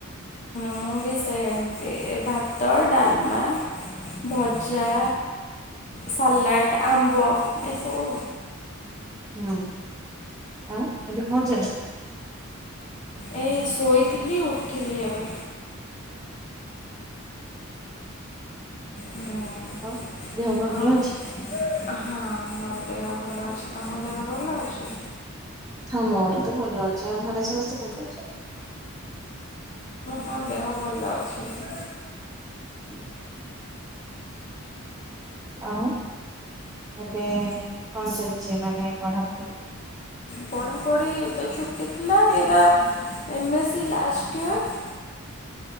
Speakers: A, on the left (about 35°); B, on the right (about 15°).
A: ମୁଁ ବି ସେମିତି। ଏମିତି ଭାତ, ଡାଲମା, ଭଜା, ସାଲାଡ଼, ଆମ୍ବ ଏସବୁ।
B: ହୁଁ, ଆଉ ଏବେ କଣ ଚାଲିଚି?
A: ଏଇ ଶୋଇଥିଲି। ଉଠିଲି ଏବେ। ହୁଁ
B: ହଉ ଦେହ ପାହ
A: ଆଉ
B: ଭଲ ଅଛି।
A: ହଁ ମୋର ଦେହ ଭଲ ଅଛି। ତମ ଦେହ ଭଲ ଅଛି?
B: ହଁ ମୋର ତ ଭଲ ଅଛି। ଆଉ ଘରେ ସମସ୍ତେ କେମିତି ଅଛନ୍ତି?
A: ହଁ ଦେହ ଭଲ ଅଛି।
B: ହ। ଆଉ ଏବେ କଣ ଚାଲିଛି ମାନେ? ପଢାପଢି
A: ପଢ଼ାପଢ଼ି ଏତ ଛୁ ଥିଲା ଏଇଟା ଏମ ଏ ସି ଲାଷ୍ଟ ଟିଅର୍।